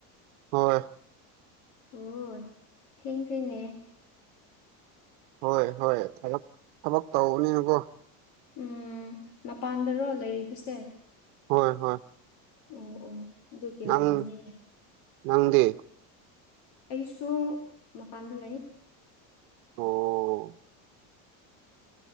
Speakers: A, on the right; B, on the left.
A: ꯍꯣꯏ
B: ꯑꯣ ꯊꯦꯡ꯭ꯈꯔ‌ꯦꯅ‌ꯦ
A: ꯍꯣꯏ ꯍꯣꯏ ꯊꯕꯛ ꯊꯕꯛ ꯇꯧꯕꯅꯤꯅꯀꯣ
B: ꯎꯝ ꯃꯄꯥꯟꯗꯔꯣ ꯂꯩꯔꯤꯕꯁꯦ
A: ꯍꯣꯏ ꯍꯣꯏ
B: ꯑꯣ ꯑꯣ ꯑꯗꯨꯒꯤ
A: ꯅꯪ
B: ꯑꯣꯏꯔꯝꯅꯤꯅꯦ
A: ꯅꯪꯗꯤ
B: ꯑꯩꯁꯨ ꯃꯄꯥꯟꯗ ꯂꯩ
A: ꯑꯣ